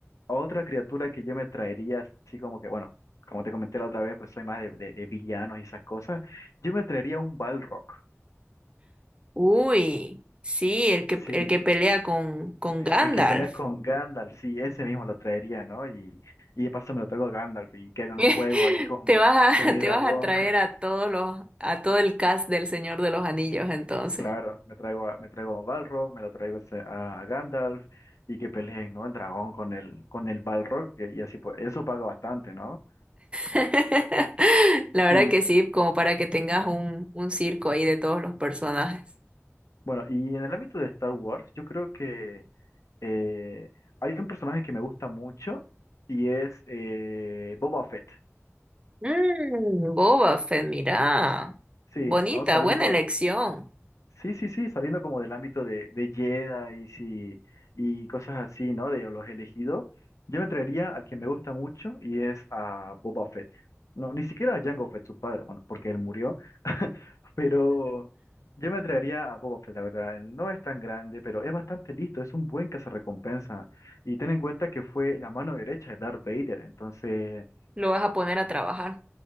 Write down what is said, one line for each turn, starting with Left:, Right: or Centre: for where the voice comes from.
Left: otra criatura que yo me traería, así como que, bueno, como te comenté la otra vez, pues soy más de, de- de villanos y esas cosas. Yo me traería un Balrog.
Right: Uy, sí, el que,
Left: Sí,
Right: el que pelea con, con Gandalf.
Left: el que pelea con Gandalf, sí, ese mismo lo traería, ¿no? Y, y de paso me lo traigo a Gandalf y que haga
Right: <laughs>
Left: un juego ahí con,
Right: Te vas
Left: con
Right: a,
Left: mi
Right: <laughs> te
Left: dragón.
Right: vas a traer a todos los, a todo el cast del Señor de los Anillos entonces.
Left: Claro, me traigo a, me traigo a Balrog, me lo traigo ese- a, a Gandalf y que peleen, ¿no? El dragón con el, con el Balrog, que, y así pues, eso paga bastante, ¿no?
Right: <laughs> La verdad
Left: Sí.
Right: que sí, como para que tengas un, un circo ahí de todos los personajes.
Left: Bueno, y en el ámbito de Star Wars, yo creo que eh, hay un personaje que me gusta mucho y es eh, Boba Fett.
Right: Mm, Boba Fett, mira.
Left: Sí,
Right: Bonita,
Left: vamos saliendo.
Right: buena elección.
Left: Sí, sí, sí, saliendo como del ámbito de, de Jedi y, y cosas así, ¿no? De los elegidos, yo me traería al que me gusta mucho y es a Boba Fett. No, ni siquiera a Jango Fett, su padre, bueno, porque él murió, <laughs> pero yo me traería a Boba Fett, la verdad. No es tan grande, pero es bastante listo, es un buen cazarrecompensa. Y ten en cuenta que fue la mano derecha de Darth Vader, entonces
Right: Lo vas a poner a trabajar.